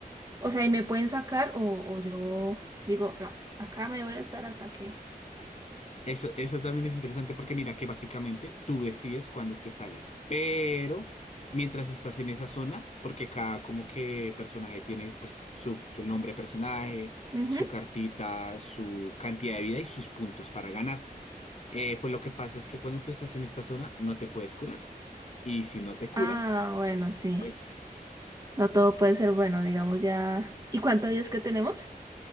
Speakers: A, on the right; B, on the left.
A: o sea, y me pueden sacar o, o yo digo, no, acá me voy a estar hasta que...
B: Eso, eso también es interesante porque mira que básicamente tú decides cuándo te sales, pero mientras estás en esa zona, porque cada como que personaje tiene pues su, el nombre de personaje,
A: Ujú.
B: su cartita, su cantidad de vida y sus puntos para ganar. Eh, pues lo que pasa es que cuando tú estás en esta zona no te puedes curar y si no te curas,
A: Ah, bueno, sí.
B: pues
A: No todo puede ser bueno, digamos ya. ¿Y cuántos días que tenemos?